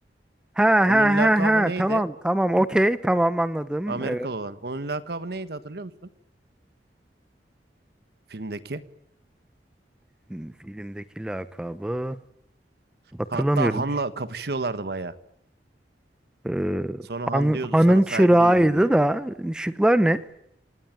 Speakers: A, in the centre; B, on the right.
A: Ha
B: Onun
A: ha
B: lakabı
A: ha ha.
B: neydi?
A: Tamam tamam okey. Tamam anladım.
B: Amerikalı
A: Evet.
B: olan. Onun lakabı neydi hatırlıyor musun? Filmdeki.
A: Hmm, Filmdeki lakabı hatırlamıyorum.
B: Hatta Han'la kapışıyorlardı bayağı.
A: Ee,
B: Sonra Han
A: han,
B: diyordu
A: hanın
B: sana saygı
A: çırağıydı
B: duydum diye.
A: da şıklar ne?